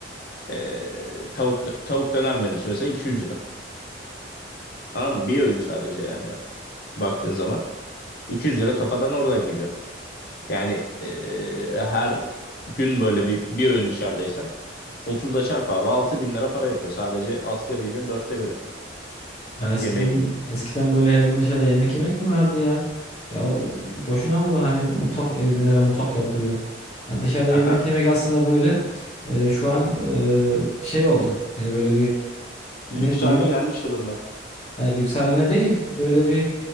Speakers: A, on the left (about 50°); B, on the left (about 35°).
A: E, tavuk tavuk döner menüsü mesela 200 lira. Tamam mı? Bir öğün sadece yani baktığın zaman 200 lira kafadan oradan gidiyor. Yani e, her gün böyle bir bir öğün dışarıdaysan 30'la çarp abi. altı bin lira para yapıyor. Sadece asgarinin dörtte biri
B: Ya eskiden
A: yemeğe gidiyor.
B: eskiden böyle her gün dışarıda yemek yemek mi vardı ya? Ya o, e, boşuna mı hani mutfak evlere mutfak yapılıyor? Ya dışarıda
A: Aha.
B: yemek yemek aslında böyle e, şu an e, şey oldu. Hani böyle bir ne
A: Lüks
B: diyeyim?
A: haline gelmiş durumda.
B: Yani lüks haline değil, böyle bir